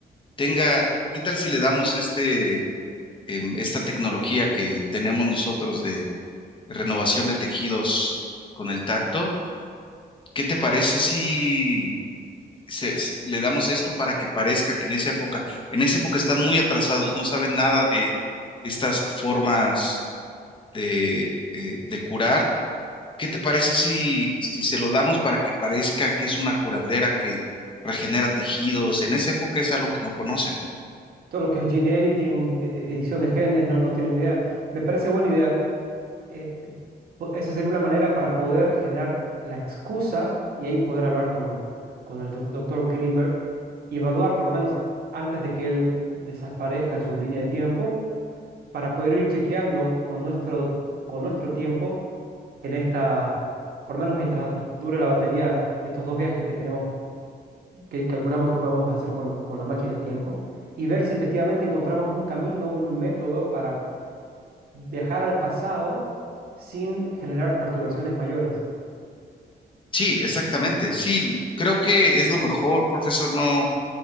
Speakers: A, on the left; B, on the right.
A: tenga, qué tal si le damos este, em, esta tecnología que tenemos nosotros de renovación de tejidos con el tacto? ¿Qué te parece si se- s- le damos esto para que parezca que en esa época, en esa época están muy atrasados, no saben nada de estas formas de, eh, de curar. ¿Qué te parece si, si se lo damos para que parezca que es una curandera que regenera tejidos? En esa época es algo que no conocen.
B: todo lo que es gene editing, e- e- edición de genes, no, no tienen idea. Me parece buena idea. Eh, te- po- esa sería una manera para poder generar la excusa y ahí poder hablar con, con el doctor Greenberg y evaluar, por lo menos antes de que él desaparezca en su línea de tiempo, para poder ir chequeando con nuestro, con nuestro tiempo en esta, por lo menos mientras dure la batería de estos dos viajes que tenemos que calculamos que podemos hacer con, con la máquina del tiempo y ver si efectivamente encontramos un camino, un método para viajar al pasado sin generar perturbaciones mayores.
A: Sí, exactamente. Sí, creo que es lo mejor, profesor. No,